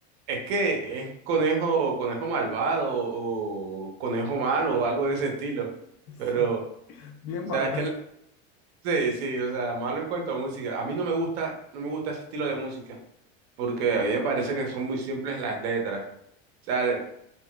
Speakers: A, on the right (about 65°); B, on the left (about 40°).
A: Es que es conejo, conejo malvado o conejo malo o algo de ese estilo. Pero,
B: Sí,
A: o
B: bien
A: sea,
B: malo.
A: es que el- sí, sí, o sea, malo en cuanto a música. A mí no me gusta, no me gusta ese estilo de música porque a mí me parece que son muy simples las letras. O sea, el